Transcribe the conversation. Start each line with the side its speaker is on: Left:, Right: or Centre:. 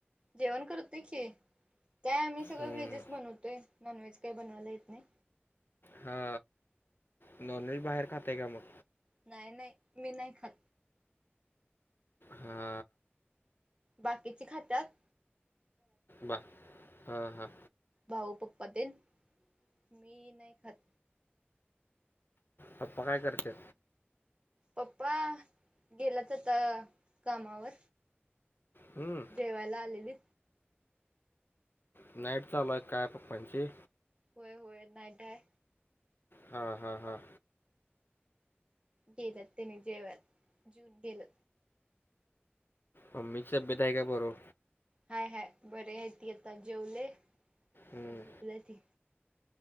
Right: जेवण करतेय की का आम्ही सगळं
Left: हम्म.
Right: व्हेजच बनवतोय नॉन व्हेज काही बनवायला येत नाही.
Left: हा नॉनव्हेज बाहेर खाते का मग?
Right: नाही नाही मी नाही खात
Left: हा
Right: बाकीचे खातात
Left: वा हां हां
Right: भाऊ पप्पा तेन मी नाही खात
Left: पप्पा काय करते
Right: पप्पा गेला आता कामावर
Left: हम्म
Right: जेवायला आलेली
Left: नाईट चालुय काय पप्पाची
Right: होय होय नाईटय
Left: हा हा हा
Right: केलं त्यांनी जेवण जेऊन गेलं
Left: मम्मी तब्येत आहे का बरों
Right: हाय हाय बरे आहे ती आता जेवले आता
Left: हम्म.
Right: झोपलं ती